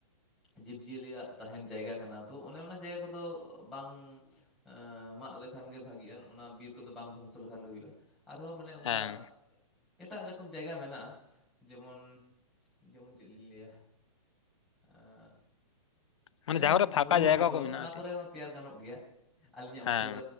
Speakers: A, in the centre; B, on the left.
A: ᱡᱤᱵᱽᱼᱡᱤᱭᱟᱹᱞᱤᱭᱟᱜ ᱛᱟᱦᱮᱱ ᱡᱟᱭᱜᱟ ᱠᱟᱱᱟ ᱛᱚ ᱚᱱᱮ ᱚᱱᱟ ᱡᱟᱭᱜᱟ ᱠᱚᱫᱚ ᱵᱟᱝ ᱟᱻ ᱢᱟᱜ ᱞᱮᱠᱷᱟᱱ ᱜᱮ ᱵᱷᱟᱹᱜᱮᱜᱼᱟ ᱚᱱᱟ ᱵᱤᱨ ᱠᱚᱫᱚ ᱵᱟᱝ ᱫᱷᱚᱝᱥᱚ ᱞᱮᱠᱷᱟᱱ ᱜᱮ ᱦᱩᱭᱩᱜᱼᱟ ᱟᱨᱦᱚᱸ ᱢᱟᱱᱮ ᱚᱱᱠᱟ
B: ᱦᱮᱸ
A: ᱮᱴᱟᱜ ᱨᱚᱠᱚᱢ ᱡᱟᱭᱜᱟ ᱢᱮᱱᱟᱜᱼᱟ ᱡᱮᱢᱚᱱ ᱡᱮᱢᱚᱱ ᱪᱮᱫ ᱞᱤᱧ ᱞᱟᱹᱭᱟ ᱟ
B: ᱢᱟᱱᱮ
A: ᱡᱮᱢᱚᱱ
B: ᱡᱟᱦᱟᱸ ᱠᱚᱨᱮ ᱯᱷᱟᱸᱠᱟ
A: ᱢᱩᱨᱩᱵᱷᱩᱢᱤ
B: ᱡᱟᱭᱜᱟ
A: ᱠᱚ
B: ᱢᱮᱱᱟᱜᱼᱟ
A: ᱚᱱᱟ
B: ᱮᱱᱛᱮᱫ
A: ᱠᱚᱨᱮ ᱦᱚᱸ ᱛᱮᱭᱟᱨ ᱜᱟᱱᱚᱜ ᱜᱮᱭᱟ ᱟᱞᱤᱧᱟᱜ ᱢᱚᱛ
B: ᱦᱮᱸ
A: ᱛᱮᱫᱚ